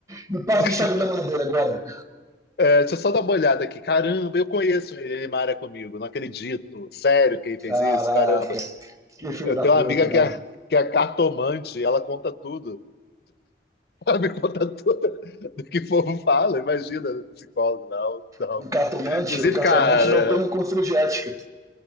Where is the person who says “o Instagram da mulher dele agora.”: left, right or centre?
Right